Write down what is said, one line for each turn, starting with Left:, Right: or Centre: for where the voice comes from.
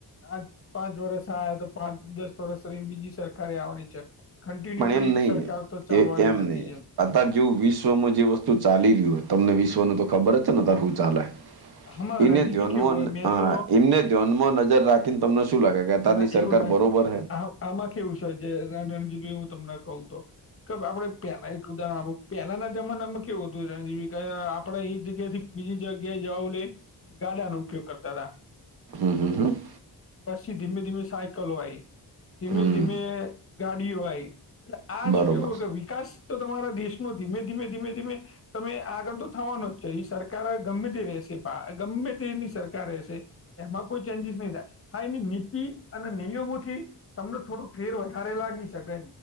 Left: આ પાંચ વર્ષ આ તો પાંચ દસ વર્ષ રહીને બીજી સરકારે આવવાની છે. કન્ટિન્યુ
Right: પણ
Left: કોઈ
Right: એમ
Left: એક
Right: નહી
Left: સરકાર તો ચાલવાની
Right: એ એમ
Left: નથી
Right: નહી
Left: જેમ
Right: અત્યારે જોવ વિશ્વમાં જે વસ્તુ ચાલી રહ્યું હોય તમને વિશ્વનું તો ખબર જ છે ને ત્યારે હું ચાલેય.
Left: આમાં
Right: એને
Left: રણજીતભાઈ
Right: ધ્યાનમાં
Left: કેવું હોય મેન
Right: હ
Left: તો
Right: એમને ધ્યાનમાં નજર રાખીને તમને શું લાગે અત્યારની
Left: ના
Right: સરકાર
Left: એવું ના
Right: બરોબર હૈ.
Left: આમાં કેવું છે જે ર રણજીત જો હું તમને કહું તો કે આપડે પેલા એક ઉદાહરણ આલુ પેલાના જમાના માં કેવું હતું રણજીભાઇ આપણે એક જગ્યા થી બીજી જગ્યાએ જવા ગાડા નો ઉપયોગ કરતા હતા
Right: હમ હમ હમ.
Left: પછી ધીમે ધીમે સાયકલો આઇ ધીમે
Right: હમ
Left: ધીમે ગાડીઓ આઈ. એટલે આ
Right: બરોબર
Left: શું કેવું કે વિકાસ તો તમારા દેશનો ધીમે ધીમે ધીમે ધીમે તમે આગળ તો થવાનો જ છે એ સરકાર ગમે તેવી રહેશે. ગમે તેની સરકાર રહેશે. એમાં કોઈ ચેન્જીસ નહી થાય હા એની નીતિ અને નિયમોથી તમને થોડું ફેર વધારે લાગી શકે.